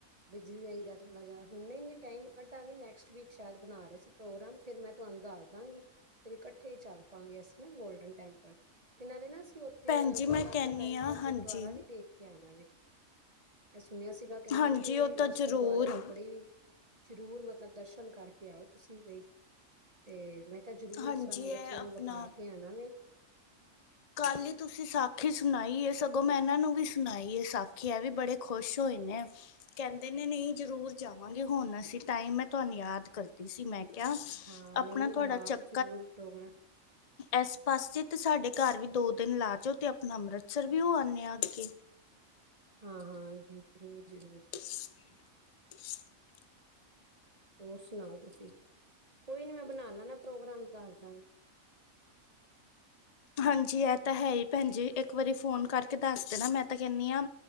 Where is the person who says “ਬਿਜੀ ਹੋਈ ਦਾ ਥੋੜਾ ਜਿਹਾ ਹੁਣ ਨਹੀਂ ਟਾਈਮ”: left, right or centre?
Right